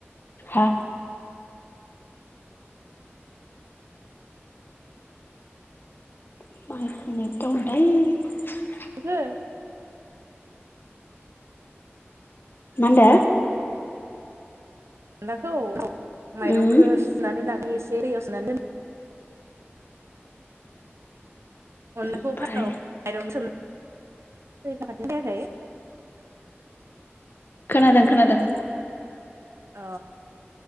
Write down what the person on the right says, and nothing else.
<unintelligible> नोंङो
अनलाखौ माइरंखौ
सुनानै लाङो एसे दैयाव सुनानै दोन अनलाखौ
फार्स्टआव बायेरायावनो सोमनो दैथि फायाखै
ओ